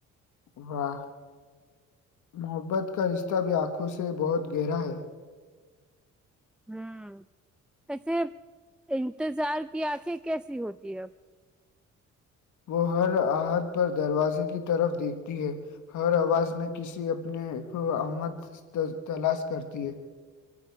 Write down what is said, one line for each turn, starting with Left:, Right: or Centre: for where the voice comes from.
Left: واہ محبت کا رشتہ بھی آنکھوں سے بہت گہرا ہے
Centre: ہوں ایسے انتظار کی آنکھیں کیسی ہوتی ہےب
Left: وہ ہر آحد پر دروازے کی طرف دیکھتی ہے ہر آواز میں کسی اپنے کو آمد تلاش کرتی ہے